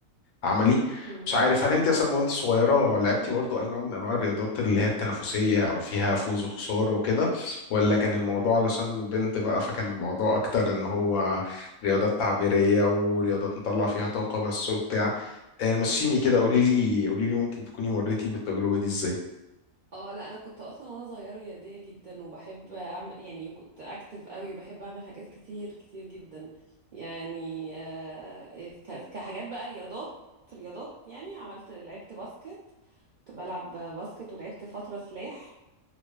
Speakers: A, on the left; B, on the right.
A: عملي
B: مم.
A: مش عارف هل انت اصلا وانت صغيره لعبتي برضو اي نوع من انواع الرياضات اللي هي التنافسيه او فيها فوز وخساره وكده ولا كان الموضوع علشان بنت بقى فكان الموضوع اكتر ان هو رياضات تعبيريه ورياضات نطلع فيها طاقه بس وبتاع آه، مشيني كده قولي لي قولي لي ممكن تكوني مريتي بالتجربه دي ازاي
B: اه لا انا كنت اصلا وانا صغيره رياضيه جدا وبحب اعمل يعني كنت اكتف قوي وبحب اعمل حاجات كتير كتير جدا يعني آه، ك- كحاجات بقى رياضات رياضات يعني عملت لعبت باسكت كنت بلعب باسكت ولعبت فتره سلاح